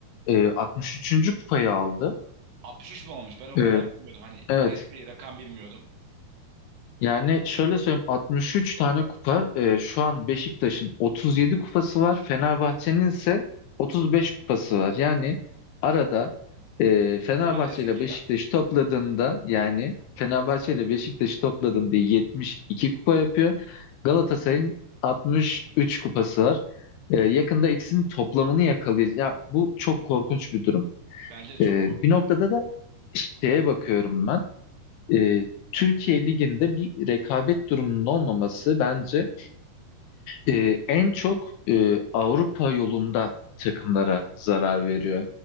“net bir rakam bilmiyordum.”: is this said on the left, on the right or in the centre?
Right